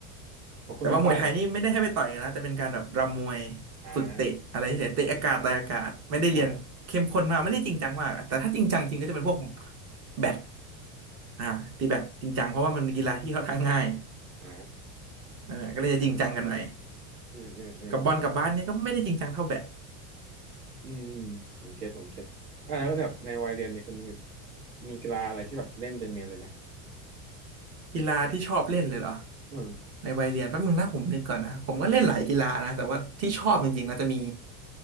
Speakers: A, on the right; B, on the right.
A: ของคุณมาปลายเหรอ
B: แต่ว่ามวยไทยนี่ไม่ได้ให้ไปต่อยกันนะแต่เป็นการแบบรำมวย
A: อ่า
B: ฝึกเตะอะไรเฉยๆเตะอากาศต่อยอากาศไม่ได้เรียนเข้มข้นมากไม่ได้จริงจังมากอะแต่ถ้าจริงจังจริงก็จะเป็นพวก
A: อืมอมอ่าครับ
B: แบดอ่าตีแบดจริงจังเพราะว่ามันเป็นกีฬาที่ค่อนข้างง่าย
A: อืมอมอ่า
B: เออก็เลยจะจริงจังกันหน่อย
A: เออเออเออเออเออ
B: กับบอลกับบาสเนี่ยก็ไม่ได้จริงจังเท่าแบด
A: อืมอืมผมเก็ตผมเก็ตอ่าแล้วแบบในวัยเรียนเนี่ยคุณมีมีกีฬาอะไรที่แบบเล่นเป็นเมนเลยไหม
B: กีฬาที่ชอบเล่นเลยเหรอ
A: อืม
B: ในวัยเรียนแป๊บนึงนะผมนึกก่อนนะผมก็เล่นหลายกีฬานะแต่ว่าที่ชอบจริงๆนะจะมี